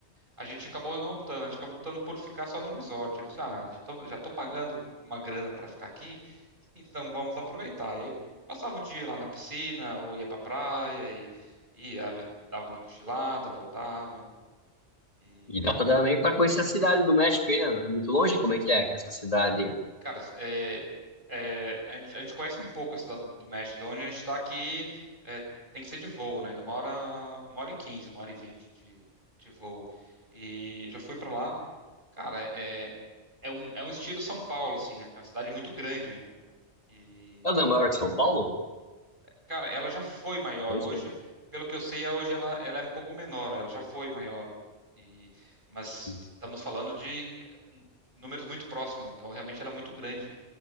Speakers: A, on the right; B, on the left.
A: A gente acabou não optando, a gente acabou optando por ficar só no resort. Tipo, ah, já tô, já tô pagando uma grana para ficar aqui, <laughs> então vamos aproveitar. E aí passava o dia lá na piscina ou ia pra praia e, e ah, dava uma cochilada, voltava. e
B: E dá pra também pra conhecer a cidade do México, hein, né? É muito longe? Como é que é essa cidade?
A: Cara, é, é, a gente, a gente conhece um pouco a cidade do México, de onde a gente está aqui, é, tem que ser de voo, né? De uma hora, uma hora e quinze, uma hora e vinte de, de voo. E já fui para lá, cara, é, é um, é um estilo São Paulo, assim, né? Porque é uma cidade muito grande, né? E,
B: Ela é da maior que São Paulo?
A: cara, ela já foi maior
B: É
A: hoje,
B: isso
A: pelo que eu sei, hoje ela, ela é um pouco menor, ela já foi maior. E, mas
B: aí.
A: t- estamos falando de eh, números muito próximos, né? Então realmente ela é muito grande.